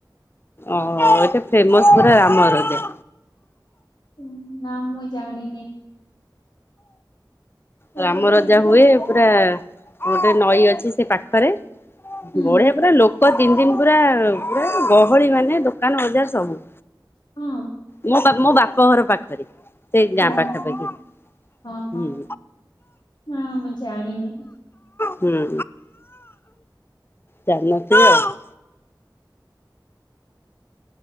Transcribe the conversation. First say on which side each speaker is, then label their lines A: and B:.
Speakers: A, on the left; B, on the left.
A: ଓ ଏଟା ଫେମସ ପୁରା ରାମରଜା।
B: ହୁଁ ନା ମୁଁ ଜାଣିନି। କୋଉ
A: ରାମ
B: ପଟେ
A: ରଜା
B: ହେଇଥିବ
A: ହୁଏ ପୁରା ଗୋଟେ ନଈ ଅଛି ସେ ପାଖରେ।
B: ହୁଁ
A: ବଢିଆ ପୁରା ଲୋକ ତିନ ଦିନ ପୁରା ପୁରା ଗହଳି ମାନେ ଦୋକାନ ବଜାର ସବୁ
B: ହଁ।
A: ମୋ ମୋ ବାପ ଘର ପାଖରେ ସେ ଗାଁ
B: ଓହୋ
A: ପାଖାପାଖି। ହୁଁ।
B: ହଁ ହଁ ନା ମୁଁ ଜାଣିନି।
A: ହୁଁ ଜାଣିନଥିବ ଆଉ।